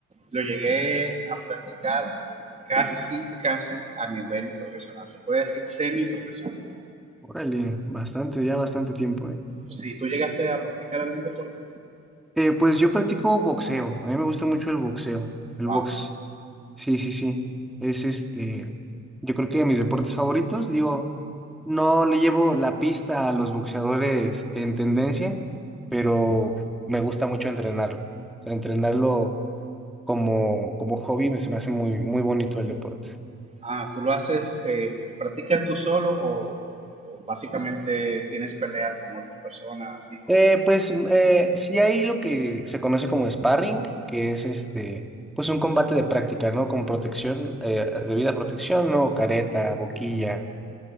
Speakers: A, on the right; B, in the centre.
A: lo llegué a practicar casi, casi a nivel profesional. Se puede decir semi-profesional.
B: Órale, bastante, ya bastante tiempo, ¿eh?
A: Si tú llegaste a practicar algún deporte,
B: Eh, pues yo practico boxeo. A mí me gusta mucho el boxeo, el
A: wow,
B: box. Sí, sí, sí. Es este, yo creo que de mis deportes favoritos, digo, no le llevo la pista a los boxeadores en tendencia, pero me gusta mucho entrenarlo. O sea, entrenarlo como, como hobby me, se me hace muy, muy bonito el deporte.
A: Ah, tú lo haces, eh, ¿practicas tú solo o, o básicamente tienes peleas con otras personas, así como?
B: Eh, pues mm, eh, sí hay lo que se conoce como sparring, que es este, pues un combate de práctica, ¿no? Con protección, eh, debida protección, ¿no? Careta, boquilla